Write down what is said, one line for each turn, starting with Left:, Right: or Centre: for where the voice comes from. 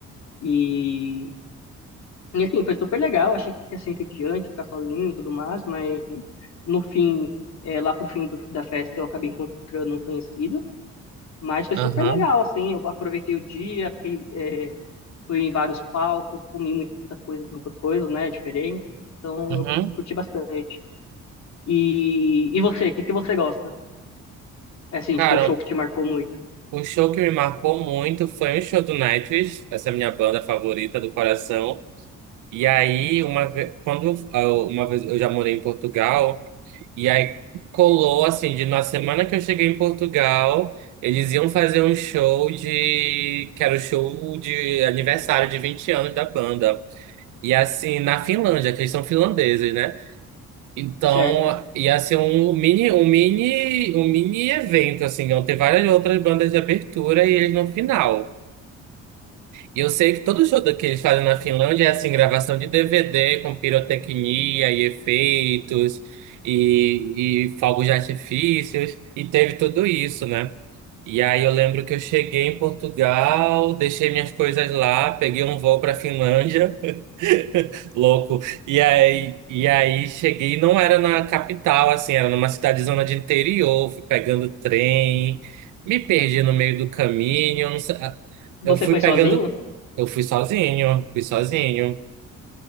Left: E, e assim, foi super legal. Achei que ia ser entediante ficar sozinho e tudo mais, mas no fim, é, lá pro fim do- da festa, eu acabei encontrando um conhecido. Mas foi
Right: aham,
Left: super legal, assim. Eu aproveitei o dia, fiquei, é, fui em vários palcos, comi muita coisa, muitas coisas, né? Diferentes. Então,
Right: aham.
Left: eu curti bastante. E, e você, o que que você gosta? É assim,
Right: Cara,
Left: tipo um show que te marcou muito,
Right: um show que me marcou muito foi um show do Nightwish, essa minha banda favorita do coração. E aí, uma vez, quando eu- uma vez eu já morei em Portugal, e aí colou assim, de na semana que eu cheguei em Portugal, eles iam fazer um show de, que era o show de aniversário de 20 anos da banda. E assim, na Finlândia, que eles são finlandeses, né? Então,
Left: certo?
Right: ia ser um mini, um mini, um mini evento, assim, vão ter várias outras bandas de abertura e eles no final. E eu sei que todo show que eles fazem na Finlândia é assim, gravação de DVD com pirotecnia e efeitos e, e fogos de artifícios, e teve tudo isso, né? E aí eu lembro que eu cheguei em Portugal, deixei minhas coisas lá, peguei um voo para Finlândia. <laughs> Louco. E aí, e aí cheguei, não era na capital, assim, era numa cidade zona de interior, fui pegando trem, me perdi no meio do caminho, eu não sei- ah,
Left: Você
Right: eu fui
Left: foi
Right: pegando,
Left: sozinho?
Right: eu fui sozinho, fui sozinho.